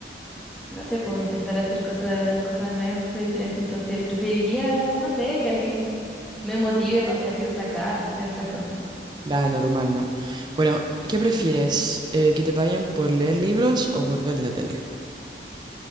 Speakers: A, in the centre; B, on the right.
A: no sé, puedo intentar hacer cosas, cosas nuevas, cosas diferentes. Entonces, preferiría, no sé, que alguien me motive para salir de la casa, hacer otras cosas.
B: Ah, normal, ¿no? Bueno, ¿qué prefieres?
A: Ujú.
B: Eh, ¿que te paguen por leer libros o por ver la tele?